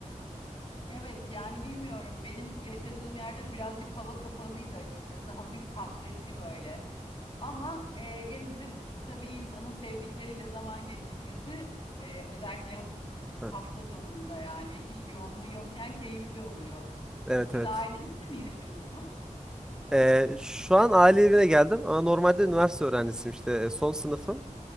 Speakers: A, on the left; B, in the centre.
A: Evet, yani bilmiyorum. Benim yaşadığım yerde birazcık hava kapalıydı açıkçası. <laughs> Hafif kasvetli böyle. Ama e, gene de tabii insanın sevdikleriyle zaman geçirmesi e, özellikle
B: Evet.
A: hafta sonunda yani iş yoğunluğu yokken keyifli oluyor.
B: Evet
A: Siz
B: evet.
A: ailenizle mi yaşıyorsunuz?
B: E, şu an aile evine geldim ama normalde üniversite öğrencisiyim işte e, son sınıfım.